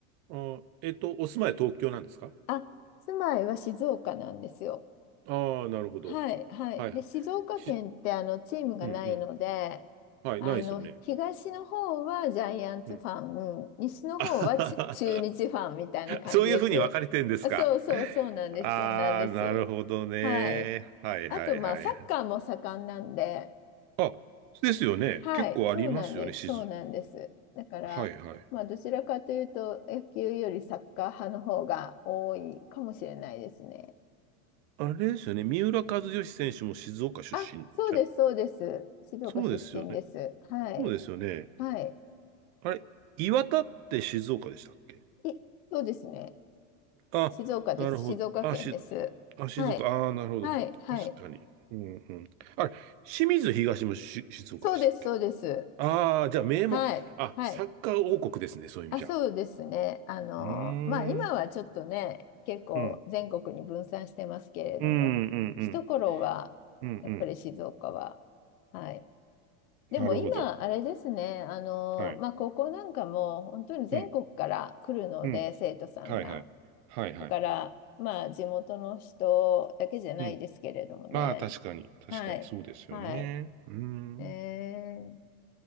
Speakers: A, on the right; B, on the left.
A: あー、えっと、お住まい東京なんですか
B: あ、住まいは静岡なんですよ。
A: ああー、なるほど。
B: はい、はい。
A: はいはい。
B: で、静岡県ってあのチームがないので、
A: し、うんうんはい、
B: あの東の方はジャイアンツファン、
A: ないですよね。うん。
B: 西の方はち中日ファンみたいな感じです。
A: <laughs> あはははそういうふうに分かれてるんですか。
B: あ、そうそう、そうなんです、
A: ああ、
B: そうなんです。
A: なるほどね。
B: はい。
A: はいはいはい。
B: あと、まあ、サッカーも盛んなんで、
A: あ、ですよね。
B: はい、
A: 結構ありますよね、
B: そうなんです、
A: 静。
B: そうなんです。だから、
A: はいはい。
B: まあ、どちらかというと、野球よりサッカー派の方が多いかもしれないですね。
A: あれですよね。三浦和義選手も静岡出身じゃ、
B: あ、そうです、そうです。静岡出身です。
A: そうですよね。
B: はい。
A: そうですよね。
B: はい。
A: あれ、岩田って静岡でしたっけ
B: い、そうですね。
A: あ、
B: 静岡です。
A: なるほど。
B: 静岡県です。
A: あ、し、あ、静岡。
B: はい。
A: ああ、なるほど。
B: はい。はい。
A: 確かに。うんうん。あれ、清水東もし、静岡でしたっけ
B: そうです、そうです。
A: ああ、じゃあ名門、
B: はい。
A: あ、
B: はい。
A: サッカー王国ですね、そういう意味じゃ。
B: あ、そうですね。あの、
A: うーん。
B: まあ、今はちょっとね、結構全国に分散してますけれども、
A: うん。うん、うん、うん。
B: 一頃は、
A: うん、うん。
B: やっぱり静岡は、はい。でも今、
A: なるほど。
B: あれですね、あの、
A: はい。
B: まあ、高校なんかも本当に全国から来るので、
A: うん、うん。
B: 生徒さんが。
A: はい、はい。はい、はい。
B: だから、まあ、地元の人だけじゃないですけれどもね。
A: うん。まあ、確かに。確かに、
B: はい。
A: そうですよね。
B: はい。
A: うーん。
B: えー、